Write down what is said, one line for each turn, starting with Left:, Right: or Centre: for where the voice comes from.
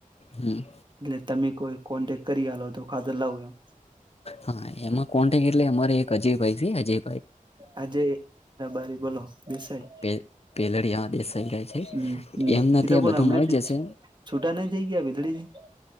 Left: હમ
Right: એટલે તમે કોઈ કોન્ટેક્ટ કરી હો તો ખાતર લાવુ એમ.
Left: હા એમાં કોન્ટેક્ટ એટલે અમારે એક અજય ભાઈ છે અજય ભાઈ.
Right: અજય ભાઈ બોલો. દેસાઈ
Left: પે <unintelligible> બેસી ગયા છે
Right: હમ હમ
Left: એમને
Right: એ
Left: ત્યાં
Right: તો પણ
Left: બધું
Right: હમણાં
Left: મળી
Right: જ
Left: જશે
Right: છૂટા નઈ થઈ ગયા વીજળીથી?